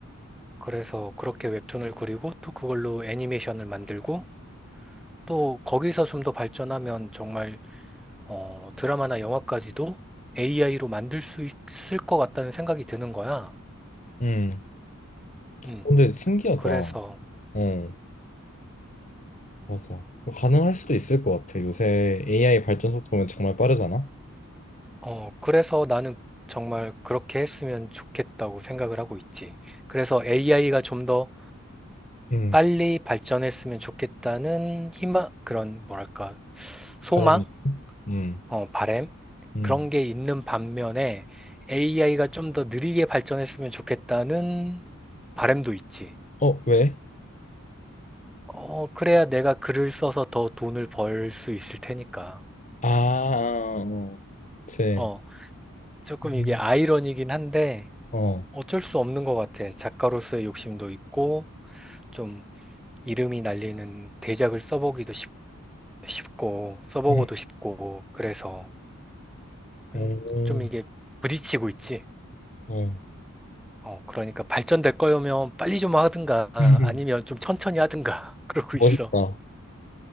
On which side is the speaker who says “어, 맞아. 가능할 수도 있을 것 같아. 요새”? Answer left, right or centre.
Left